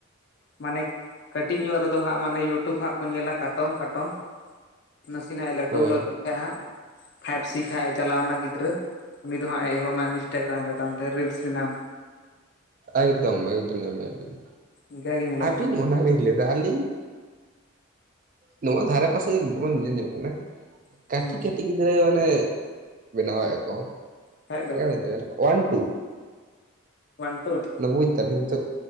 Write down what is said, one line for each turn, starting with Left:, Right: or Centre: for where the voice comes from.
Left: ᱢᱟᱱᱮ ᱠᱟᱹᱴᱤᱡ ᱧᱚᱜ ᱨᱮᱫᱚ ᱦᱟᱸᱜ ᱢᱟᱱᱮ ᱤᱭᱩᱴᱩᱵᱽ ᱦᱟᱸᱜ ᱠᱚ ᱧᱮᱞᱟ ᱠᱟᱴᱚᱱ ᱠᱟᱴᱚᱱ᱾ ᱱᱟᱥᱮᱱᱟᱜ ᱮ ᱞᱟᱹᱴᱩ
Right: ᱦᱳᱭ
Left: ᱧᱚᱜ ᱞᱮᱱᱠᱷᱟᱱ ᱦᱟᱸᱜ ᱯᱷᱟᱭᱤᱵᱽ ᱥᱤᱠᱷ ᱦᱟᱸᱜ ᱮ ᱪᱟᱞᱟᱣᱱᱟ ᱜᱤᱫᱽᱨᱟᱹ᱾ ᱩᱱᱤ ᱫᱚ ᱦᱟᱸᱜ ᱮ ᱮᱦᱚᱵᱱᱟ ᱤᱱᱤᱥᱴᱟᱜᱨᱟᱢ ᱨᱮ ᱛᱟᱭᱚᱢ ᱛᱮ ᱨᱤᱞᱥ ᱵᱮᱱᱟᱣ᱾
Right: ᱮᱠᱫᱚᱢ ᱮᱠᱫᱚᱢ ᱧᱟᱢᱮᱟᱵᱤᱱ᱾
Left: ᱤᱱᱠᱟᱜᱮ ᱧᱮᱞᱚᱜ
Right: ᱟᱹᱵᱤᱱ
Left: ᱠᱟᱱᱟ
Right: ᱚᱱᱟ ᱵᱤᱱ
Left: ᱡᱟᱹᱥᱛᱤ
Right: ᱞᱟᱹᱭᱫᱟ
Left: ᱛᱮ
Right: ᱟᱞᱤ ᱱᱚᱣᱟ ᱫᱷᱟᱨᱮ ᱯᱟᱥᱮ ᱨᱮ ᱫᱚᱢᱮ ᱧᱮᱞ ᱧᱚᱜᱚᱜ ᱠᱟᱱᱟ᱾
Left: ᱦᱮᱸ
Right: ᱠᱟᱹᱴᱤᱡ ᱠᱟᱹᱴᱤᱡ ᱜᱤᱫ ᱜᱤᱫᱽᱨᱟᱹ ᱢᱟᱱᱮ ᱵᱮᱱᱟᱣᱮᱫ-ᱟ ᱠᱚ᱾
Left: ᱠᱷᱟᱡ
Right: ᱪᱮᱫᱠᱟ
Left: ᱫᱚ
Right: ᱱᱤᱱ ᱛᱟᱦᱮᱱᱟ ᱚᱣᱟᱱ ᱴᱩ᱾
Left: One two?
Right: ᱢᱟᱱᱮ ᱵᱩᱡ ᱫᱟᱵᱤᱱ ᱱᱤᱛᱚᱜ